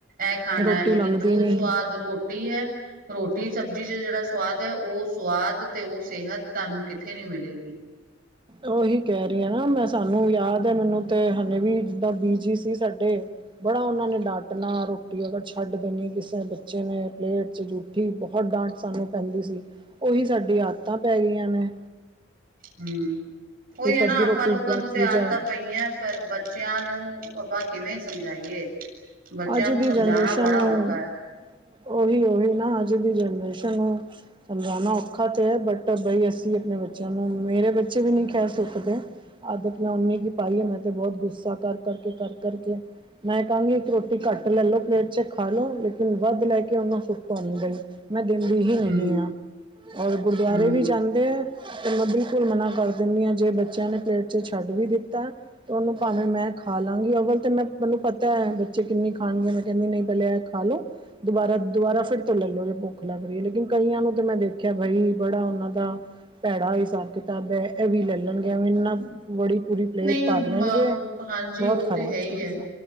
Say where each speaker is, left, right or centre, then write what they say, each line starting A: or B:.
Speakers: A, on the right (about 50°); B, on the right (about 25°).
A: ਇਹ ਖਾਣਾ
B: ਰੋਟੀ
A: ਹੈ ਲੇਕਿਨ
B: ਲੰਘਦੀ
A: ਜੋ
B: ਨੀ।
A: ਸਵਾਦ ਰੋਟੀ ਰੋਟੀ ਹੈ ਰੋਟੀ ਸਬਜ਼ੀ ਚ ਜਿਹੜਾ ਸਵਾਦ ਹੈ ਉਹ ਸਵਾਦ ਤੇ ਉਹ ਸਿਹਤ ਤੁਹਾਨੂੰ ਕਿੱਥੇ ਨਹੀਂ ਮਿਲੇਗੀ
B: ਉਹੀ ਕਹਿ ਰਹੀ ਹ ਨਾ ਮੈਂ ਸਾਨੂੰ ਯਾਦ ਹੈ ਮੈਨੂੰ ਤੇ ਹੇ ਵੀ ਜਿੱਦਾਂ ਬੀਜੀ ਸੀ ਸਾਡੇ ਬੜਾ ਉਹਨਾਂ ਨੇ ਡਾਟਣਾ ਰੋਟੀ ਅਗਰ ਛੱਡ ਦੇਣੀ ਕਿਸੇ ਬੱਚੇ ਨੇ ਪਲੇਟ ਚ ਜੂ ਠੀ ਬਹੁਤ ਡਾਂਟ ਸਾਨੂੰ ਪੈਂਦੀ ਸੀ ਉਹੀ ਸਾਡੀ ਆਦਤਾਂ ਪੈ ਗਈਆਂ ਨੇ
A: ਹਮ ਉਹੀ
B: ਇੱਕ
A: ਹੈ ਨਾ
B: ਅੱਧੀ
A: ਆਪਾਂ
B: ਰੋਟੀ
A: ਲੋਕਾਂ
B: ਬਾਅਦ
A: ਨੂੰ
B: ਚ
A: ਤੇ
B: ਵੀ
A: ਆਦਤਾਂ
B: ਜਾਏ।
A: ਪਈਆਂ ਪਰ ਬੱਚਿਆਂ ਨੂੰ ਆਪਾਂ ਕਿਵੇਂ ਸਮਝਾਈਏ ਬੱਚਿਆਂ
B: ਅੱਜ
A: ਨੂੰ
B: ਦੀ
A: ਸਮਝਾਉਣਾ
B: ਜਨਰੇਸ਼ਨ
A: ਬੜਾ ਔਖਾ
B: ਨੂੰ
A: ਹੈ
B: ਉਹੀ ਉਹੀ ਨਾ ਅੱਜ ਦੀ ਜਨਰੇਸ਼ਨ ਹੈ ਸਮਝਾਉਣਾ ਔਖਾ ਤਾਂ ਹੈ ਬਟ ਬਈ ਅਸੀਂ ਆਪਣੇ ਬੱਚਿਆਂ ਨੂੰ ਮੇਰੇ ਬੱਚੇ ਵੀ ਨਹੀਂ ਖਹਿ ਸੁੱਕਦੇ ਆਦਤ ਮੈਂ ਉਨੀ ਕੀ ਪਾਈ ਹੈ ਮੈਂ ਤੇ ਬਹੁਤ ਗੁੱਸਾ ਕਰ ਕਰਕੇ ਕਰ ਕਰਕੇ ਮੈਂ ਕਹਾਂਗੀ ਇੱਕ ਰੋਟੀ ਘੱਟ ਲੈ ਲੋ ਪਲੇਟ ਚ ਖਾਲੋ ਲੋ ਲੇਕਿਨ ਵੱਧ ਲੈ ਕੇ ਉਹਨੂੰ ਸੁੱਟੋ ਨੀ ਬਈ ਮੈਂ ਦਿੰਦੀ ਹੀ ਨਹੀਂ
A: ਹੂੰ
B: ਹਾਂ ਔਰ ਗੁਰਦੁਆਰੇ
A: ਹੂੰ
B: ਵੀ ਜਾਂਦੇ ਤਾਂ ਮੈਂ ਬਿਲਕੁਲ ਮਨਾ੍ਹ ਕਰ ਦਿੰਦੀ ਹਾਂ ਜੇ ਬੱਚਿਆਂ ਨੇ ਪਲੇਟ ਚ ਛੱਡ ਵੀ ਦਿੱਤਾ ਤੇ ਉਹਨੂੰ ਭਾਵੇਂ ਮੈਂ ਖਾ ਲਾਂਗੀ ਅਵਲ ਤੇ ਮੈਂ ਮੈਨੂੰ ਪਤਾ ਹੈ <unintelligible> ਕਿੰਨੀ ਖਾਣਗੇ ਮੈਂ ਕਹਿੰਦੀ ਨਹੀਂ ਪਹਿਲੇ ਇਹ ਖਾ ਲੋ ਦੁਬਾਰਾ ਦੁਬਾਰਾ ਫਿਰ ਤੋਂ ਲੈ ਲਓ ਜੇ ਭੁੱਖ ਲਗ ਰਹਿਏ ਲੇਕਿਨ ਕਈਆਂ ਨੂੰ ਤੇ ਮੈਂ ਦੇਖਿਆ ਬਾਈ ਬੜਾ ਉਹਨਾਂ ਦਾ ਭੈੜਾ ਹਿਸਾਬ ਕਿਤਾਬ ਹੈ ਇਹ ਵੀ ਲੈ ਲੈਣ ਗਿਆ ਮਨਾ ਬੜੀ ਪੂਰੀ ਪਲੇਟ
A: ਨਹੀਂ
B: ਭਰ ਲੈਂਗੇ
A: ਮ ਹਾਂਜੀ
B: ਬਹੁਤ
A: ਉਹ
B: ਖ਼ਰਾਬ
A: ਤੇ
B: ਚੀਜ਼
A: ਹੀ
B: ਹੈ